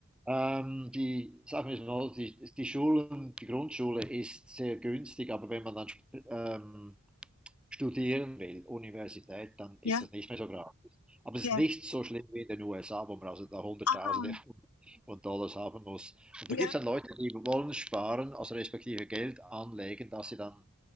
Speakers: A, in the centre; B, on the left (about 85°).
A: Ähm, die, sagen wir es mal, so, die, die Schulen, die Grundschule ist sehr günstig, aber wenn man dann stu- ähm, studieren will, Universität, dann ist
B: Ja,
A: das nicht mehr so gratis. Aber es
B: ja.
A: ist nicht so schlimm wie in den USA, wo man also da Hunderttausende
B: Aha.
A: von von Dollars haben muss. Und
B: Ja,
A: da gibt es dann Leute, die wollen sparen, also respektive Geld anlegen, dass sie dann